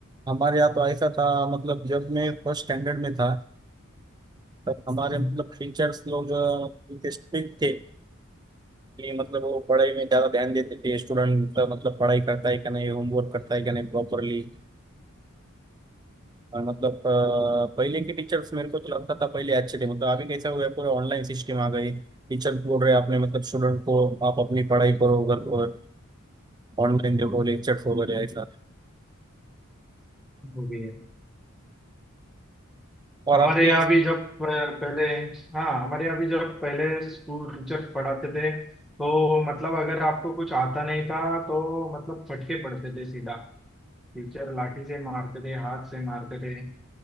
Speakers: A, on the right; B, in the centre.
A: हमारे यहाँ तो ऐसा था मतलब जब मैं फर्स्ट स्टैंडर्ड में था तब हमारे
B: थे
A: मतलब टीचर्स लोग स्ट्रिक्ट थे कि मतलब वो पढ़ाई में ज़्यादा ध्यान देते थे स्टूडेंट मतलब पढ़ाई करता है कि नहीं होमवर्क करता है कि नहीं प्रॉपरली और मतलब अ, पहले के टीचर्स मेरे को तो लगता था पहले अच्छे थे मतलब अभी कैसा हो गया पूरे ऑनलाइन सिस्टम आ गई टीचर बोल रहे हैं आपने मतलब स्टूडेंट को आप अपनी पढ़ाई करो अगर और ऑनलाइन देखो लेक्चर्स वगैरह ऐसा
B: वो भी है
A: और
B: हमारे
A: आपके
B: यहाँ भी जब अ, पहले हाँ हमारे यहाँ भी जब पहले स्कूल टीचर्स पढ़ाते थे तो मतलब अगर आपको कुछ आता नहीं था तो मतलब फटके पड़ते थे सीधा टीचर लाठी से मारते थे हाथ से मारते थे